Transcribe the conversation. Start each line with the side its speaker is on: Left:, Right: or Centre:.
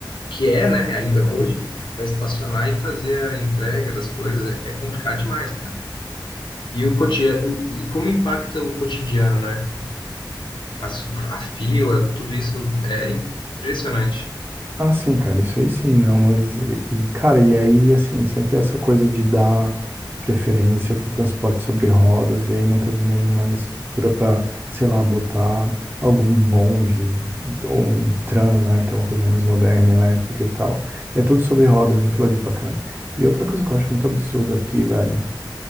Left: que é, né, ainda hoje, para estacionar e fazer a entrega das coisas. É é complicado demais, cara. E o cotidiano, e como impacta o cotidiano, né? A, su- a fila, tudo isso é impressionante.
Right: Ah, sim, cara, isso aí sim, não, mas, e, cara, e aí, assim, sempre essa coisa de dar preferência para o transporte sobre rodas, e aí não teve nenhuma estrutura para, sei lá, botar algum bonde, ou um tram, né, que é uma coisa mais moderna, elétrica e tal. É tudo sobre rodas em Floripa, cara. E outra coisa que eu acho muito absurdo aqui, velho,